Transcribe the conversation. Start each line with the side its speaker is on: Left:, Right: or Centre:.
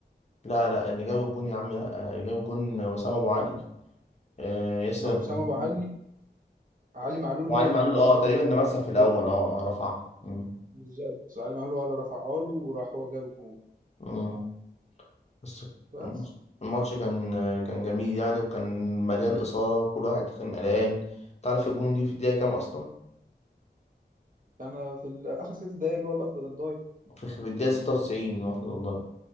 Left: لا لا اللي جاب الجون يا عم لا آه، جاب الجون وسام أبو علي آه، ياسر
Right: ما
Left: أبو
Right: وسام
Left: علي
Right: ابو علي علي معلول
Left: وعلي
Right: هو اللي
Left: معلول
Right: عرض
Left: اه
Right: له
Left: تقريبا ده مسح
Right: الكوره
Left: في الأول اه اه رفعها مم.
Right: بالظبط علي معلول هو اللي رفعها له وراح هو جاب الجون
Left: مم. بس
Right: بس
Left: الماتش الماتش كان كان جميل يعني وكان مليان إثارة وكل واحد كان قلقان تعرف الجون جه في الدقيقة كام أصلا؟
Right: كان في ال- اخر ست دقايق اللي هو الوقت بدل
Left: في في الدقيقة 96 واحد والله